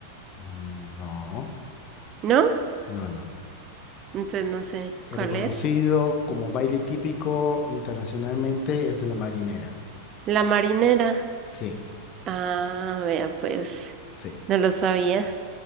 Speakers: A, on the left; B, on the right.
A: Mm, No,
B: ¿no?
A: no, no, no.
B: Entonces no sé,
A: El
B: ¿cuál
A: reconocido
B: es?
A: como baile típico internacionalmente es la marinera.
B: La marinera.
A: Sí,
B: Ah, vea, pues,
A: sí.
B: no lo sabía.